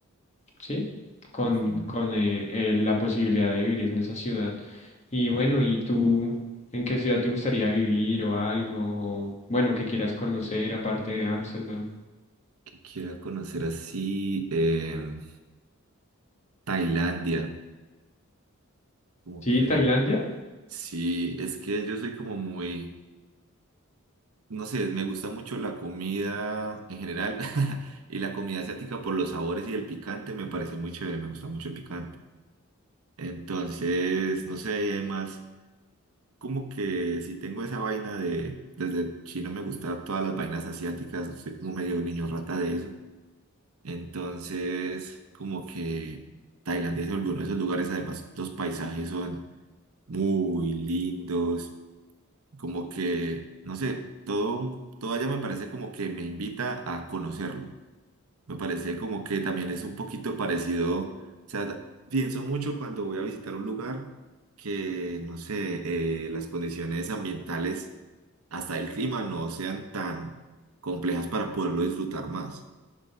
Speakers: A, on the left; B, on the right.
A: ¿sí? Con,
B: Ujú.
A: con eh, eh, la posibilidad de vivir en esa ciudad. Y bueno, ¿y tú en qué ciudad te gustaría vivir o algo? O, bueno, que quieras conocer aparte de Ámsterdam.
B: Que quiera conocer así em, Tailandia. Como
A: ¿Sí,
B: que
A: Tailandia?
B: Sí, es que yo soy como muy, no sé, me gusta mucho la comida en general <laughs> y la comida asiática por los sabores y el picante me parece muy chévere, me gusta mucho el picante. Entonces, no sé, y además, como que si tengo esa vaina de, desde chino me gusta todas las vainas asiáticas, soy como medio niño rata de eso. Entonces, como que Tailandia se volvió uno de esos lugares, además los paisajes son muy lindos como que, no sé, todo, todo allá me parece como que me invita a conocerlo. Me parece como que también es un poquito parecido, o sea, da- pienso mucho cuando voy a visitar un lugar que, no sé, eh, las condiciones ambientales, hasta el clima, no sean tan complejas para poderlo disfrutar más.